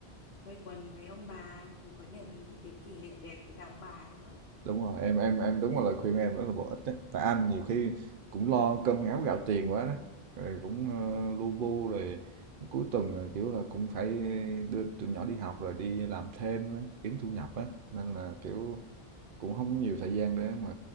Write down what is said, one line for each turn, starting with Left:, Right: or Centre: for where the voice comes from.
Left: quây quần với ông bà rồi có nhiều cái những cái kỷ niệm đẹp với cả ông bà nữa.
Right: Đúng rồi, em em em đúng là lời khuyên em rất là bổ ích đấy. Tại anh nhiều khi cũng lo cơm áo gạo tiền quá đó. Rồi cũng ờ, lu bu rồi cuối tuần rồi kiểu là cũng phải đưa tụi nhỏ đi học rồi đi làm thêm đó, kiếm thu nhập á nên là kiểu cũng không có nhiều thời gian để mà